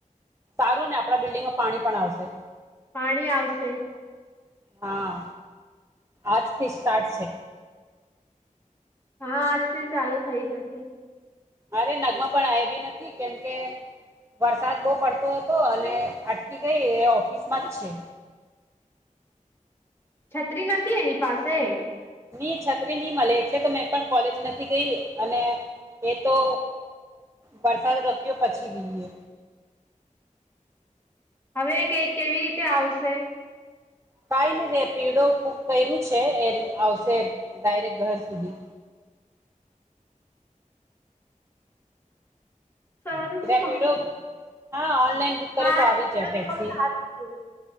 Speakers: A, on the right; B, on the left.
A: સારું ને આપડા બિલ્ડિંગમાં પાણી પણ આવશે
B: પાણી આવશે
A: હા આજથી સ્ટાર્ટ છે
B: હા આજથી ચાલુ થઈ જશે
A: અરે નગમાં પણ આવી નથી કેમકે વરસાદ બહુ પડતો હતો અને અટકી ગઈ એ ઓફિસમાં જ છે.
B: છત્રી નથી એની પાસે?
A: નઈ છત્રી નહી મળે એટલે તો મેં પણ કોલેજ નથી ગઈ અને એ તો વરસાદ રપ્યો પછી ગઈએ
B: હવે કે કેવી રીતે આવશે
A: કઈ નઈ રેપિડો બુક કર્યું છે એ આવશે ડાયરેક ઘર સુધી
B: <inaudible> સારું છે
A: રેપિડો
B: પણ
A: હા ઓનલાઈન બુક કરે
B: હા
A: તો
B: એટલું
A: આવી જાય ટેક્સી
B: તો બઉ સારું છે